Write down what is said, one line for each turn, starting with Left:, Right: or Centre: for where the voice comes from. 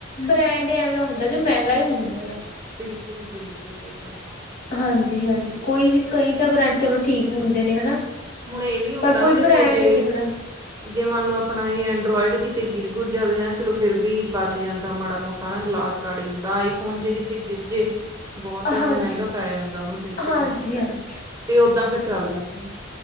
Left: ਬ੍ਰੈਂਡ ਐਵੇਂ ਦਾ ਹੁੰਦਾ ਜੋ ਮੈਗਾ ਈ ਹੁੰਦਾ ਆ।
Right: ਬਿਲਕੁਲ - ਬਿਲਕੁਲ ਏ ਤਾਂ ਹੈ।
Left: ਹਾਂਜੀ - ਹਾਂਜੀ ਕੋਈ ਕਈ ਤਾਂ ਬ੍ਰਾਂਡ ਚਲੋ ਠੀਕ ਹੁੰਦੇ ਨੇ ਹਨਾ।
Right: ਹੁਣ ਏ ਵੀ ਹੁੰਦਾ
Left: ਪਰ ਕੋਈ
Right: ਨਾ ਦੇਖੋ।
Left: ਬ੍ਰੈਂਡ
Right: ਜੇ
Left: ਹੀ ਦਿਖਲਾ
Right: ਜੇ ਮੰਨ ਲਓ ਆਪਣਾ ਏ ਐਂਡਰੋਇਡ ਕਿਤੇ ਗਿਰ ਗੁਰ ਜਾਵੇ ਹਨਾ ਚਲੋ। ਫੇਰ ਵੀ ਬਚ ਜਾਂਦਾ ਮਾੜਾ ਮੋਟਾ ਨਾ ਗਲਾਸ। ਕੜੀ ਹੁੰਦਾ ਆਈਫੋਨ ਜੇ ਕਿਤੇ ਗਿਰ ਜੇ ਬੋਤ
Left: ਹਾਂਜੀ,
Right: ਮੈਗਾ ਪੈ ਜਾਂਦਾ। ਓਨੂੰ ਸਈ
Left: ਹਾਂਜੀ-ਹਾਂਜੀ।
Right: ਕਰਵਾਣਾ ਫਿਰ ਤੇ ਓਦਾਂ ਫਿਰ ਚੱਲਦਾ ਵੀ ਨੀ।